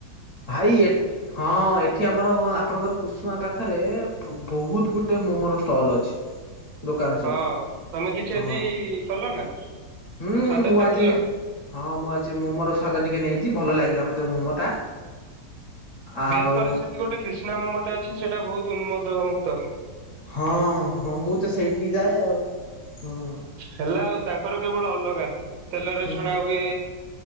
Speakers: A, on the left; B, on the right.
A: ଭାଇ ଏ ହଁ ଏଠି ଆମର ଆପଣଙ୍କର କୁସୁମା ପାଖେରେ ବହୁତ୍ ଗୁଡ଼ିଏ ମୋମୋର ଷ୍ଟଲ୍ ଅଛି। ଦୋକାନ ସବୁ।
B: ହଁ ତମେ କିଛି
A: ହଁ
B: ଆଜି କଲ ନା ସ୍ଵାଦ
A: ମୁଁ
B: ଚାଖିଲ?
A: ଆଜି ମୋମୋର ସ୍ଵାଦ ଟିକେ ନେଇଚି, ଭଲ ଲାଗିଲା ମତେ ମୋମୋ ଟା। ଆଉ
B: ବେଶ୍ କରି ସେଠି ଗୋଟେ କ୍ରିଷ୍ଣା ମୋମୋ ଟା ଅଛି, ସେଇଟା ବହୁତ୍ ଉନ୍ମୋଦ ମୁୁକ୍ତ।
A: ହଁ-ହଁ ମୁଁ ତ ସେଇଠିକି ଯାଏ ଆଉ ହୁଁ।
B: ହେଲା ଆଉ ତାଙ୍କର କେବଳ ଅଲଗା ତେଲରେ
A: ହୁଁ
B: ଛଣା ହୁଏ